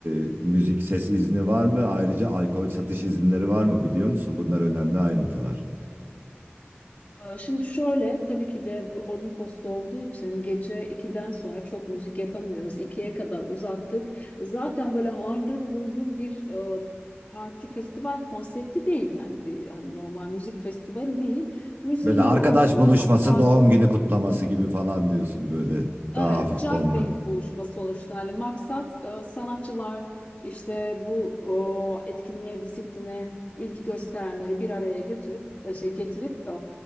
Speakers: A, on the right; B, on the left.
A: e, müzik ses izni var mı? Ayrıca alkol satış izinleri var mı biliyor musun? Bunlar önemli ayrıntılar.
B: Ee, Şimdi şöyle, tabii ki de bu Olimpos'ta olduğu için gece 2'den sonra çok müzik yapamıyoruz. ikiye kadar uzattık. Zaten böyle hardır vurdur bir e, parti festival konsepti değil yani bir hani normal müzik festivali değil. Müziğin
A: Böyle arkadaş
B: de olduğu
A: buluşması,
B: ama daha
A: doğum
B: çok
A: günü kutlaması gibi falan diyorsun böyle
B: Evet,
A: daha hafif
B: juggling
A: tonlu.
B: buluşma sonuçta. Hani maksat e, sanatçılar işte bu o, etkinliğe, disipline ilgi gösterenleri bir araya götürüp e, şey getirip e,